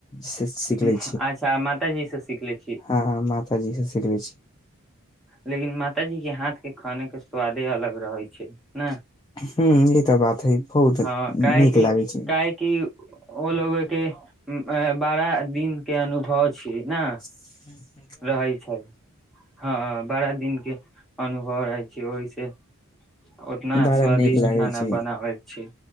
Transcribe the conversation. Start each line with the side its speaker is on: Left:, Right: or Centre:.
Left: से- सिखले
Centre: हूँ अच्छा माताजी से सिखले छी?
Left: आहाँ माताजी सँ शिखले छी।
Centre: लेकिन मातााजी के हाथ के खाने के स्वादे अलग रहेै छै न।
Left: हूँ ई तऽ बात है बहुत
Centre: हँ काहेकि
Left: नीक लागै छै।
Centre: काहेकि ओ लोग के बारा दिन के अनुभव छैय न।
Left: <unintelligible>
Centre: रहै छै हँ बड़ा दिनके अनुभव रहै छै ओहिसे। ओतना
Left: बड़ा
Centre: स्वादिष्ट
Left: नीक लागे
Centre: खाना
Left: छै
Centre: बनाबै छै।